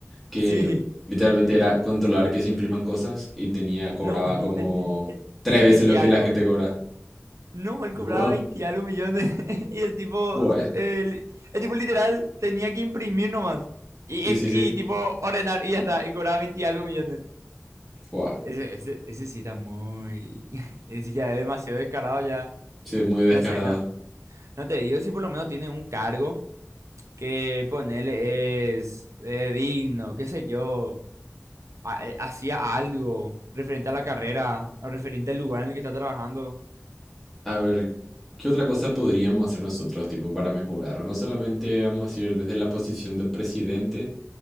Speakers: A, in the centre; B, on the right.
A: que
B: <laughs> Sí,
A: literalmente era controlar que se impriman cosas y tenía, cobraba
B: no, no,
A: como
B: el, ti- el
A: tres veces
B: 20
A: lo
B: y
A: que
B: algo.
A: la gente cobra.
B: No, él cobraba
A: Wow.
B: 20 y algo millones <laughs> y el tipo,
A: Buah.
B: el, el tipo literal tenía que imprimir nomás y,
A: Sí,
B: en-
A: sí, sí.
B: y tipo ordenar y ya está, y cobraba 20 y algo millones.
A: Buah.
B: Ese, ese, ese sí está muy. <laughs> Ese ya es demasiado descarado, ya.
A: Sí, muy descarado.
B: No sé, no, no te digo si por lo menos tiene un cargo que ponerle es eh, digno, qué sé yo. ha- eh, Hacía algo referente a la carrera, o referente al lugar en el que está trabajando.
A: A ver, ¿qué otra cosa podríamos hacer nosotros, tipo, para mejorar? No solamente, vamos a decir, desde la posición de presidente,